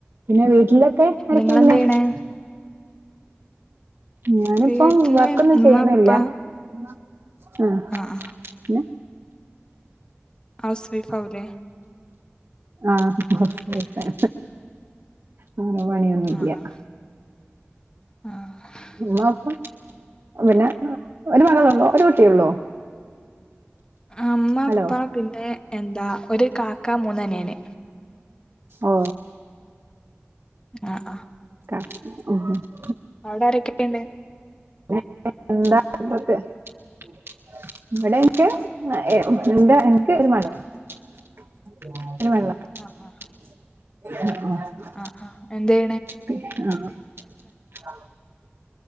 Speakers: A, on the right; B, on the left.
A: പിന്നെ വീട്ടിലൊക്കെ ആരൊക്കെ
B: നിങ്ങളെന്ത്
A: ഉള്ളെ?
B: ചെയ്യണേ
A: ഞാനിപ്പം
B: വീട്ടില്
A: വർക്കൊന്നും
B: ഉമ്മ
A: ചെയ്യുന്നില്ല.
B: ഉപ്പ
A: <unintelligible> ആഹ്
B: ആ ആ
A: പിന്നെ?
B: ഹൗസ് വൈഫാവൂലേ?
A: ആഹ് ഹൗസ് വൈഫാ. അങ്ങനെ പണിയൊന്നൂല്ല്യാ.
B: ആഹ് ആഹ് ആഹ്
A: ഉമ്മ ഉപ്പ പിന്നെ ഒരു മകളൊള്ളോ ഒരു കുട്ടിയെള്ളോ?
B: അമ്മ
A: ഹലോ
B: അപ്പാ പിന്നെ എന്താ ഒരു കാക്ക മൂന്ന് അനിയന്.
A: ഓ
B: ആഹ് ആഹ്
A: <unintelligible>
B: അവിടെ ആരൊക്കെ ഉണ്ട്?
A: <unintelligible> <unintelligible> <unintelligible>
B: ആഹ് ആഹ്.
A: ആഹ്.
B: ആഹ് ആഹ് എന്തേ
A: <unintelligible>